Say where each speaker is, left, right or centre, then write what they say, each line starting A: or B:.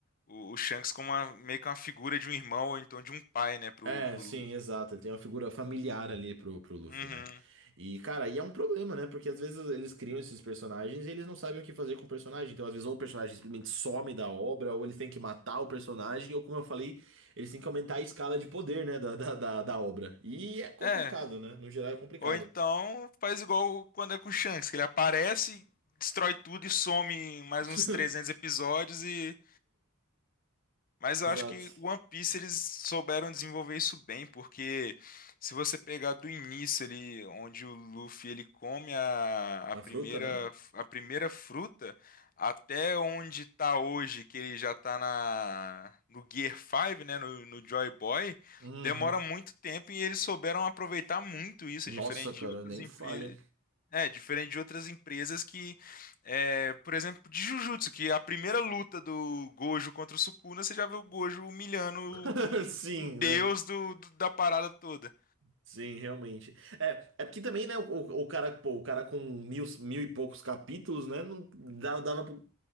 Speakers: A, on the left; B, on the right.
A: o, o Shanks como uma, meio que uma figura de um irmão ou então de um pai, né, pro,
B: É,
A: pro
B: sim,
A: Luffy.
B: exato. Ele tem uma figura familiar ali pro, pro Luffy,
A: Uhum.
B: né? E, cara, e é um problema, né? Porque às vezes eles criam esses personagens e eles não sabem o que fazer com o personagem. Então, às vezes, ou o personagem simplesmente some da obra, ou eles têm que matar o personagem, ou, como eu falei, eles têm que aumentar a escala de poder, né? Da, da, da, da obra. E é complicado,
A: É.
B: né? No geral, é complicado.
A: Ou então faz igual quando é com o Shanks, que ele aparece, destrói tudo e some em mais
B: <laughs>
A: uns 300 episódios e Mas eu
B: Exato.
A: acho que One Piece eles souberam desenvolver isso bem, porque se você pegar do início ali, onde o Luffy ele come a,
B: A
A: a primeira,
B: fruta, né?
A: a primeira fruta, até onde tá hoje, que ele já tá na, no Gear 5, né, no, no Joy Boy,
B: Uhum.
A: demora muito tempo e eles souberam aproveitar muito isso,
B: Nossa,
A: diferente
B: cara,
A: de outras,
B: nem
A: empre-
B: falha.
A: é, diferente de outras empresas que, é, por exemplo, de Jujutsu, que a primeira luta do Gojo contra o Sukuna, você já vê o Gojo humilhando o,
B: <laughs>
A: o-
B: Sim,
A: o deus
B: né?
A: do- do- da parada toda.
B: Sim, realmente. É, é porque também, né, o, o cara, pô, o cara com mil, mil e poucos capítulos, né, não dava, dava